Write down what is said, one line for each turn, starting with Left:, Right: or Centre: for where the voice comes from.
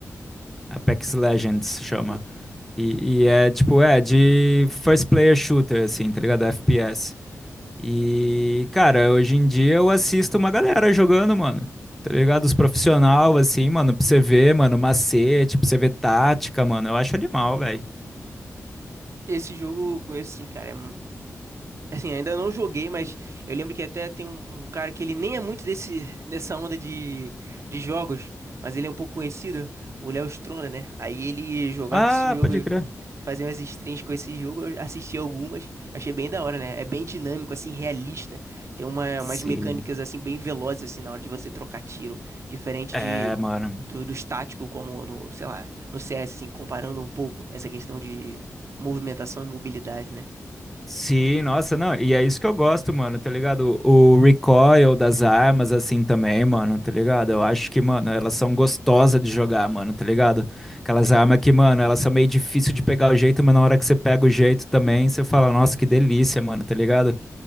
Centre: Apex Legends chama.
Right: co-
Centre: E, e é, tipo, é de first player shooter, assim, tá ligado? FPS. E, cara, hoje em dia eu assisto uma galera jogando, mano. Tá ligado? Os profissional, assim, mano, pra você ver, mano, macete, pra você ver tática, mano. Eu acho animal, velho.
Right: esse jogo, eu conheço sim, cara. Assim, ainda não joguei, mas eu lembro que até tem um, um cara que ele nem é muito desse, dessa onda de, de jogos, mas ele é um pouco conhecido, o Léo Stronda, né? Aí ele jogava
Centre: Ah,
Right: esse jogo
Centre: pode
Right: e
Centre: crer.
Right: fazia umas streams com esse jogo, eu assisti algumas, achei bem da hora, né? É bem dinâmico, assim, realista. Tem uma,
Centre: Sim.
Right: umas mecânicas, assim, bem velozes, assim, na hora de você trocar tiro, diferente
Centre: É,
Right: de,
Centre: mano.
Right: do, dos táticos, como no, sei lá, no CS, assim, comparando um pouco essa questão de movimentação e mobilidade, né?
Centre: Sim, nossa, não, e é isso que eu gosto, mano, tá ligado? O, o recoil das armas, assim, também, mano, tá ligado? Eu acho que, mano, elas são gostosas de jogar, mano, tá ligado? Aquelas armas que, mano, elas são meio difícil de pegar o jeito, mas na hora que você pega o jeito também, você fala, nossa, que delícia, mano, tá ligado?